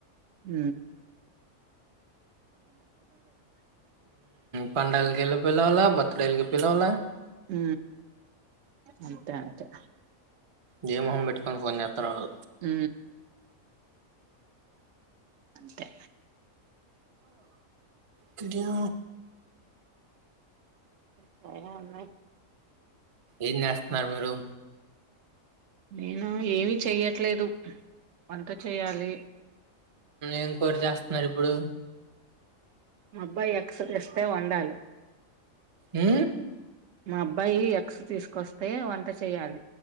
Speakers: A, on the right; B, on the right.
A: అ
B: పంండాల గెళ పిల్లవాల బతుడలుకి పిలలే
A: హ అంతతే అతే
B: జై మహం పెట్టు పోయి అత్రదు
A: అ అంతే
B: కది <inaudible>
A: సన్నా
B: ఏం చేస్తున్నారు మీరు
A: నేను ఏమి చెయ్యట్లేదు అంత చెయ్యాలి
B: ఇం కోరి చేస్తున్నారు ఇప్పుడు
A: మా అబ్బాయి ఎక్స తెస్తే వండాలి
B: అ
A: మా అబ్బాయి ఎక్స్ తీసుకొస్తే వంట చేయాలి